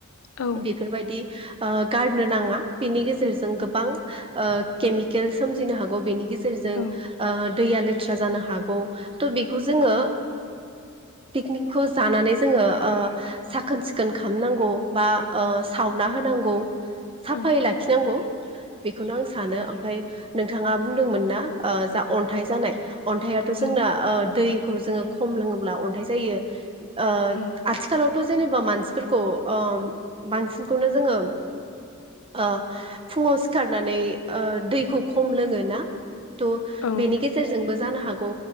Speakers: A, on the left; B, on the right.
A: औ
B: बेफोरबायदि बा गारनो नाङा बेनि गेजेरजों गोब बां केमिकेल सोमजिनो हागौ बेनि गेजेर रजों
A: औ
B: दैया लेथ <inaudible> जानो हागौ थ बेखौ जोङो पिकनिकखौ जानानै जोङो साखोन सिखोन खालामनांगौ बा सावना होनांगौ साफायै
A: औ
B: लाखिनांगौ बेखौनो आं सानो ओमफ्राय नों नोंथाङा बुंदोंमोन ना जा अन्थाइ जानाय अन्थाइथ जोंना
A: औ
B: दै खौ जोङो खम लोङोब्ला अन्थाइ जायो ओ
A: औ
B: आथिखालाव थ जेनेबा मानसिफोरखौ ओम बांसिनखौनो जों ओ फुङाव सिखारनानै ओ दैखौ खम लोङोना? थ
A: औ
B: बेनि गेजेरजोंबो जानो हागौ।